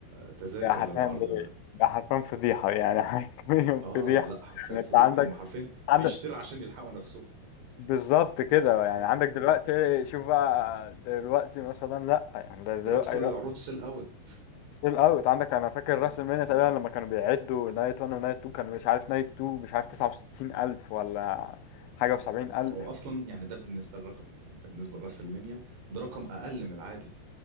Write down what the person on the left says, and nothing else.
ده حرفيا
ده
ده حرفيا فضيحه يعني <laughs> حرفيا
فضيحه
يعني
انت عندك
عندك
بالظبط كده يعني
عندك دلوقتي شوف بقى دلوقتي مثلا لا يعني ده دلوقتي
ستيل اوت عندك انا فاكر راس
المنيا تقريبا لما كانوا بيعدوا نايت 1 ونايت 2 كانوا مش عارف نايت 2 مش عارف 69 الف ولا حاجه و70000